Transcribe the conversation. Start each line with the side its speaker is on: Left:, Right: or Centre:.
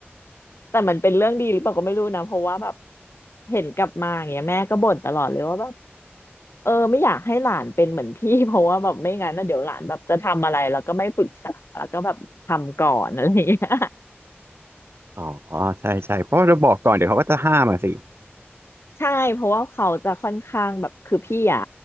Left: แต่มันเป็นเรื่องดีหรือเปล่าก็ไม่รู้นะเพราะว่าแบบเห็นกลับมาอย่างเงี้ยแม่ก็บ่นตลอดเลยว่าแบบเออไม่อยากให้หลานเป็นเหมือนพี่ <laughs> เพราะว่าแบบไม่งั้นนะเดี๋ยวหลานแบบจะทำอะไรแล้วก็ไม่ปรึกษาแล้วก็แบบทำก่อนอะไรอย่างเงี้ย
Right: อ๋อใช่ใช่เพราะว่าเราบอกก่อนเดี๋ยวเขาก็จะห้ามมาสิ
Left: ใช่เพราะว่าเขาจะค่อนข้างแบบคือพี่อ่ะ